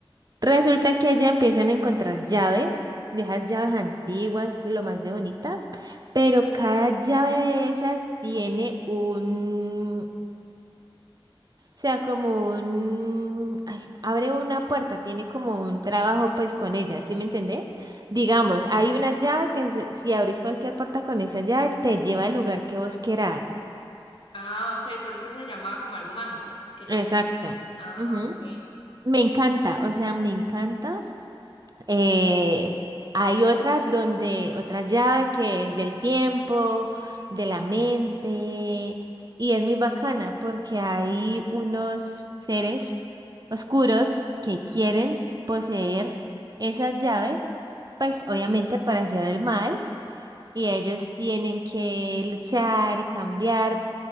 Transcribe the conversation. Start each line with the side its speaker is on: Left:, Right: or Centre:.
Right: Resulta que allá empiezan a encontrar llaves, de esas llaves antiguas, lo más de bonitas, pero cada llave de esas tiene un, o sea, como un, ay, abre una puerta, tiene como un trabajo pues con ella, ¿sí me entendés? Digamos, hay una llave que se- si abrís cualquier puerta con esa llave te lleva al lugar que vos querás.
Left: Ah, ok, por eso se llama como algo mágico, que es
Right: Exacto.
Left: lo que... Ah,
Right: Ujú.
Left: ok.
Right: Me encanta, o sea, me encanta. Eh, hay otras donde, otra llave que es del tiempo, de la mente, y es muy bacana porque hay unos seres oscuros que quieren poseer esas llaves, pues obviamente para hacer el mal, y ellos tienen que luchar y cambiar.